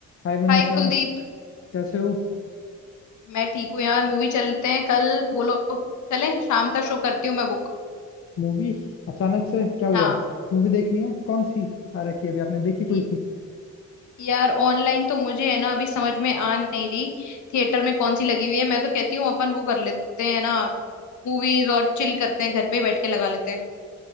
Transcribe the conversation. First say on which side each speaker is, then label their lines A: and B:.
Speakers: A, on the left; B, on the left.
A: हाय मनीषा
B: हाय कुलदीप
A: कैसे हो
B: मैं ठीक हूँ यार मूवी चलते हैं कल बोलो चले शाम का शो करती हूँ मैं बुक
A: मूवी अचानक से क्या हुआ
B: हाँ
A: मूवी देखनी है कौन सी आ रखी है अभी आपने देखी
B: ये-
A: कोई सी
B: यार ऑनलाइन तो मुझे है ना अभी समझ में आ नहीं रही थिएटर में कौन सी लगी हुई है मैं तो कहती हूँ अपन वो कर लेते हैं ना मूवीज और चिल करते हैं घर पे ही बैठ के लगा लेते हैं